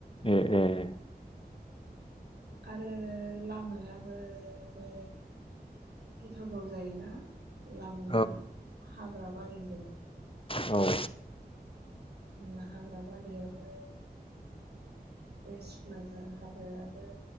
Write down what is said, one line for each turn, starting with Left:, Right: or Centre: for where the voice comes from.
Left: एह एह
Right: आरो लामायाबो बे गिथावथाव जायोना लामा
Left: औ
Right: हाग्रा बारिजों।
Left: औ
Right: ला हाग्रा बारियाबो बे सिखनाझार हाग्रायाबो